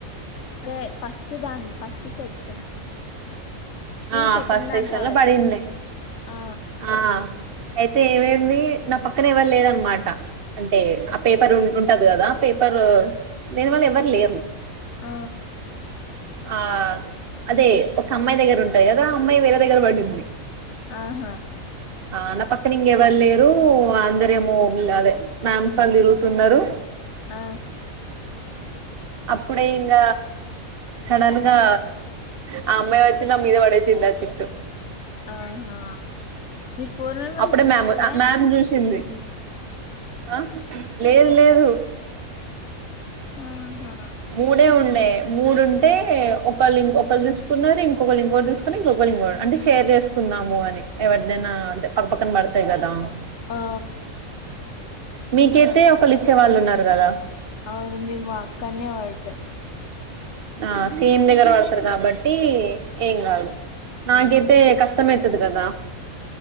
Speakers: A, on the left; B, on the right.
A: రే ఫస్ట్ దాన్ని ఫస్ట్ సె క్షన్ మేము
B: ఆ
A: సెకండ్
B: ఫస్ట్
A: దాంట్లో
B: సెక్షన్ లో
A: వడిన్నం
B: పడిండే
A: ఆ
B: ఆ అయితే ఏమైంది నా పక్కనే ఎవళ లేరునమా ట అంటే ఆ పేపర్ ఉ ఉంటది కదా పేపర్ దేని వల్ల ఎవరు లేరు
A: ఆ
B: ఆ అదే ఒక అమ్మాయి దగ్గర ఉంటాయి కదా అ అమ్మాయి వేరే దగ్గర పడింది
A: ఆహా
B: ఆ నా పక్కన ఇంగెవలేరు అందరేమో అదే మామ్స్ వాళ్ళు తిరుగుతున్నారు
A: ఆ
B: అప్పుడే ఇంగ సడన్ గా ఆ అమ్మాయి వచ్చి మీద పడేసింది ఆ చిట్టు
A: ఆహా మీరు ఫోర్ మెంబర్స్
B: అప్పుడే
A: తీసుకోలె
B: మ్యామ్ మ్యామ్ చూసింది ఆ లేదు లేదు
A: ఆహా
B: మూడే ఉండే మూడు ఉంటే ఒకళ ఇం ఒకళ తీసు కున్నారు ఇంకోకలింగోటీ తీసుకుని ఇంకొకలింగోటీ అంటే షేర్ చేసుకుందాము అని ఎవరీదైనా అంతే పక్క పక్కన బడతాయి కదా
A: ఆ
B: మీకైతే ఒకలు ఇచ్చే వాళ్ళు ఉన్నారు కదా
A: అవును మేము అక్కనే వడ్డం
B: ఆ సేమ్ దగ్గర పడతారు కాబట్టి ఏం గాదు నాకైతే
A: ఉమ్
B: కష్టమైతది కదా